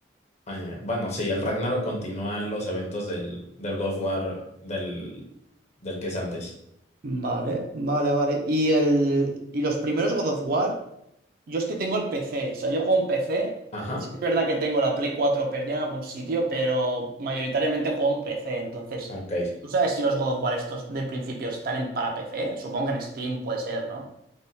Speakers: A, on the left; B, on the right.
A: eh, bueno, sí, el Ragnarok continúa los eventos del, del God of War del, del que es antes.
B: Vale, vale, vale. ¿Y, el... ¿Y los primeros God of War? Yo es que tengo el PC, o sea, yo juego en PC.
A: Ajá,
B: Sí es verdad que tengo la Play 4 perdida en algún sitio, pero mayoritariamente juego en PC. Entonces,
A: ok.
B: ¿tú sabes si los God of War estos del principio están en para PC? Supongo que en Steam puede ser, ¿no?